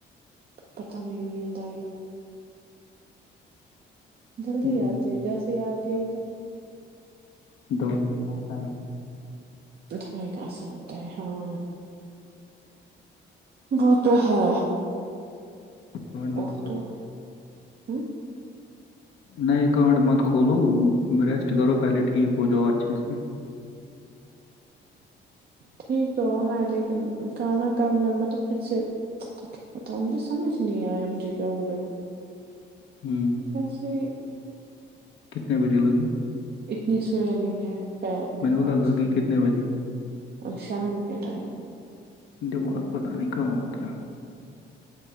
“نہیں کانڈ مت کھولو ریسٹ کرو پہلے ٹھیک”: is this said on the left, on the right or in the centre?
Left